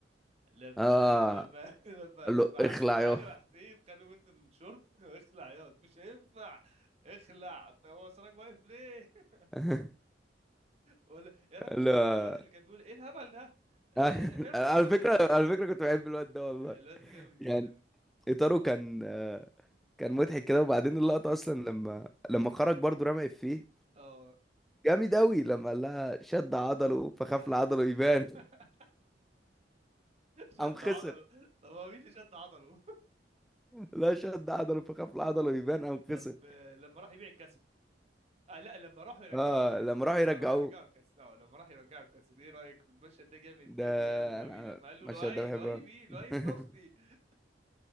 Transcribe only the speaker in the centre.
اه
قال
له
اخلع
يا
<laughs>
لا
<laughs>
على
فكرة على فكرة كنت بحب الواد ده والله
يعني
إطاره
كان آه، كان مضحك كده وبعدين اللقطة أصلا لما لما خرج برضه رمى إفيه
جامد أوي لما قال لها شد عضله فخاف
لعضله يبان
<laughs> قام خسر
لا شد عضله فخاف لعضله يبان
قام
خسر
اه
لما راحوا
يرجعوه
ده
أنا أنا
المشهد
ده بحبه
أوي.
<laughs>